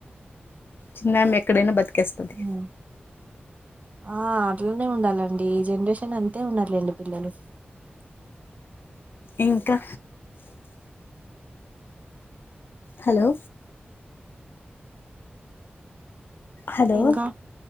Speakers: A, on the left; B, on the right.
A: చిన్న ఎక్కడైనా బత్ తికేస్తది
B: ఉమ్. ఆ అట్లనే ఉండాలండి ఈ జనరేషన్ అంతే ఉన్నలేండి పిల్లలు
A: ఇంకా హలో హలో
B: ఇంకా